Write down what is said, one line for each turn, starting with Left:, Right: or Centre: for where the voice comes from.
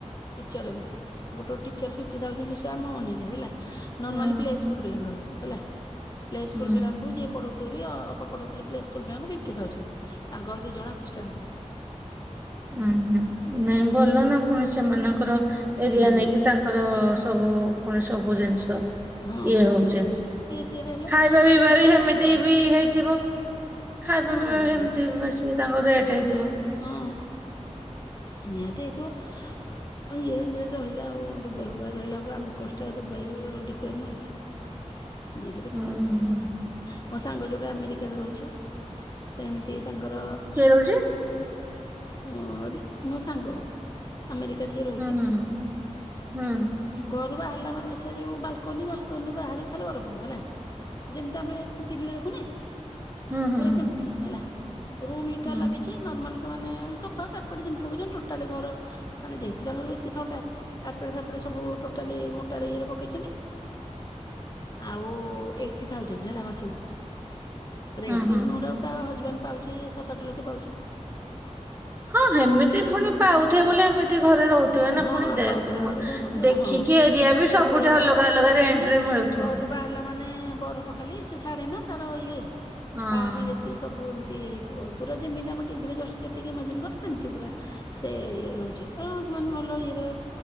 Left: ଟିଚର୍ ଏମତି ଗୋଟେ ଗୋଟେ ଟିଚର୍ ଫିଫ୍ଟି ଥାଉଜେଣ୍ଟେ ଆମ ମନିରେ ହେଲା। ନର୍ମାଲି
Right: ହୁଁ
Left: ପ୍ଲେ ସ୍କୁଲ୍ ପିଲାଙ୍କର ହେଲା। ପ୍ଲେ ସ୍କୁଲ୍
Right: ହୁଁ
Left: ପିଲାଙ୍କୁ ଯିଏ ପଢୁଥିବେବ ଅପା ପଢଥିଲେ ପ୍ଲେ ସ୍କୁ ପିଲାଙ୍କୁ ଫିଫ୍ଟି ଥାଉଜେଣ୍ଟେ। ତାଙ୍କର ଦି ଜଣ ଆସିଷ୍ଟାଣ୍ଟ୍ ଥିଲେ।
Right: ଉହୁଁ ନାଇଁ ଭଲନା
Left: ହୁଁ
Right: ପୁଣି ସେମାନଙ୍କର ଏରିଆ
Left: ହୁଁ
Right: ନେଇକି ତାଙ୍କ କରିବ ସବୁ ଫୁଣି ସବୁ ଜିନିଷ।
Left: ହଁ
Right: ଇଏ
Left: ହଁ
Right: ହଉଚି
Left: ବଡ଼ ସ୍କୁଲ ଇଏ ସିଏରେ ହେଲେ
Right: ଖାଇବା ପିଇବା
Left: ଡେଭଲପ
Right: ବି ହେମିତି
Left: ବହୁତ ଆଉ
Right: ବି ହେଇଥିବ। ଖାଇବା
Left: ହଁ
Right: ପିଇବା
Left: ନିହାତି।
Right: ହେମ୍ ତି ବେଶୀ ତାଙ୍କର ରେଟ୍ ହେଇଥିବ।
Left: ହଁ। ନିହାତି ହେଇଥିବ। ମୁଁ ଇଏରେ ରହିଲା ଆଉ ଦୁବାଇ ଫୁବାଇ ରହିଲାକୁ ଆମ କଷ୍ଟ ଆଉ ଦୁବାଇ ଡିଫରେଣ୍ଟ୍ ନୁହେଁ କି? ନିହାତି ଡ଼ିଫରେଣ୍ଟ
Right: ହୁଁ ହୁଁ
Left: ନା ମୋ ସାଙ୍ଗ ଯୋଉଟା ଆମେରିକା ରେ ରହୁଛି। ସେମ୍ ତି ତାଙ୍କର
Right: କିଏ ରହୁଛି?
Left: ମୋରି ମୋ ସାଙ୍ଗ ଆମେରିକାରେ ଯିଏ ରହୁଚି।
Right: ହୁଁ ହୁଁ ହୁଁ
Left: ଘରୁ ବାହାରିଲା ମାନେ ସେ ଯୋଉ ବାଲକୋନି ବାଲକୋନିରୁ ବାହାରୁ ଖାଲି ବରଫ ହବ ହେଲା। ଯେମ୍ ତି ଆମେ ଟିଭିରେ ଦେଖୁନେ?
Right: ହୁଁ ହୁଁ
Left: ପୁରା
Right: ହୁଁ ହୁଁ
Left: ସେମ୍ ତି ହେଲା ରୁମ୍ ହିଟର୍
Right: ହୁଁ
Left: ଲାଗିଚି ନର୍ମାଲି ସେମାନେ ସଫା କା ଏପଟେ ଯେମିତି ପକଉଚନ୍ତି ଟୋଟାଲି ଘର ମାନେ ଯେହେତୁ ତାଙ୍କର ବେଶୀ ଥଣ୍ଡା। କାରପେଟ୍ ଫାର୍ପେଟ୍ ସବୁ ଟୋଟାଲି ମୋଟା ଇଏରେ ପକେଇଚମି। ଆଉ ଏଇଟି ଥାଉଜେଣ୍ଡ୍ ହେଲା ମାସକୁ। ରେଣ୍ଟ୍
Right: ହଁ ହଁ।
Left: କିନ୍ତୁ ନୋ ଡାଉଟ୍ ତା ହଜବେଣ୍ଡ୍ ପାଉଚି ସାତ ଆଠ ଲକ୍ଷ ପାଉଚି।
Right: ହଁ ହେମିତି ଫୁଣି ପାଉଥିବେ ବୋଲି ଏମିତି ଘରେ ରହୁ ତୁ ନା
Left: ହଁ
Right: ଫୁଣି
Left: ଆଉ
Right: ଦେ
Left: ପାଉଥିଲେ ବୋଲି କରୁନଥିବେ
Right: ଦେଖିକି
Left: ନା ହଁ
Right: ଏରିଆ ବି ସବୁଠି
Left: ଉପର ଘର
Right: ଅଲଗା-ଅଲଗା
Left: ବାଲକୋନି ଅଛି
Right: ରେଣ୍ଟ୍ ରେ ମିଳୁଥିବ।
Left: ଘରୁ ବାହାରିଲା ମାନେ ବରଫ ଖାଲି ସେ ଛାଡେ ନା ତାର ଇଏ
Right: ହଁ।
Left: କାରି ସେ ସବୁ ଏମିତି ହେଇଥିବ ପୁରା ଯେମିତି ଆମେ ଟିଭିରେ ଜସ୍ ଦେଖିକି ସେମିତି ପୁରା। ସେ ଇଏ ରହୁଚି ତ। ମାନେ ଭଲ ଇଏରେ